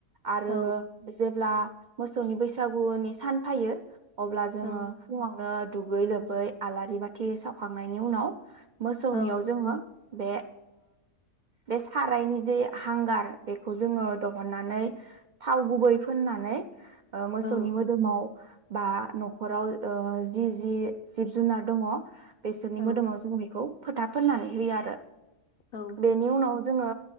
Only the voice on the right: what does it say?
आरो
जेब्ला। मोसौनि बैसागुनि सान फैयो। अब्ला जोङो
फुङावनो। दुगैयै लोबै आलारि बाथि। बाथि सावखांनायनि उनाव। मोसौनियाव
जोंङो। बे बे सारायनि जे हांगार बेखौ जोंङो दिहुननानै थाव गुबै फोननानै। मोसौनि
मोदोमाव। बा नखराव ओ जि जि जिब जुनार दङ। बेसोरनि
मोदोमाव जोंङो बेखौ। फोथा फोननानै होयो आरो।
बेनि उनाव। जोंङो